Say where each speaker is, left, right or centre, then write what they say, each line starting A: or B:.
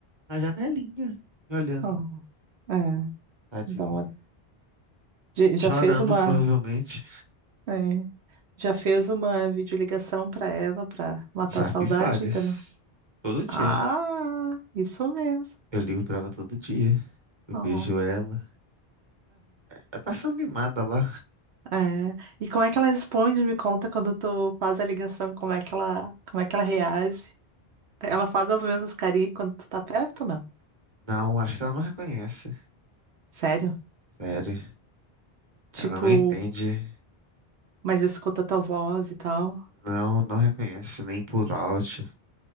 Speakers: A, on the right (about 25°); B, on the right (about 85°).
A: na janelinha, me olhando,
B: oh, é.
A: tadinha.
B: Então, a- de- já
A: Chorando,
B: fez uma,
A: provavelmente.
B: é, já fez uma videoligação pra ela pra matar
A: Já
B: a saudade
A: fiz várias.
B: ainda não?
A: Todo dia.
B: Ah, isso mesmo.
A: Eu ligo pra ela todo dia. Eu
B: Oh,
A: vejo ela. Ela tá sendo mimada lá.
B: É. E como é que ela responde? Me conta quando tu faz a ligação, como é que ela, como é que ela reage? Ela faz as mesmas carinhas quando tu tá perto, não?
A: Não, acho que ela não reconhece.
B: Sério?
A: Sério.
B: Tipo,
A: Ela não entende.
B: mas escuta tua voz e tal.
A: Não, não reconhece. Nem por áudio.